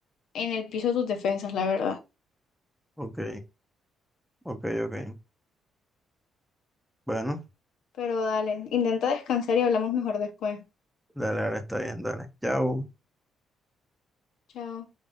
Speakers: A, on the left (about 75°); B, in the centre.
A: en el piso tus defensas, la verdad.
B: Ok, ok, ok. Bueno,
A: Pero dale, intenta descansar y hablamos mejor después.
B: dale, ahora está bien, dale. Chao.
A: Chao.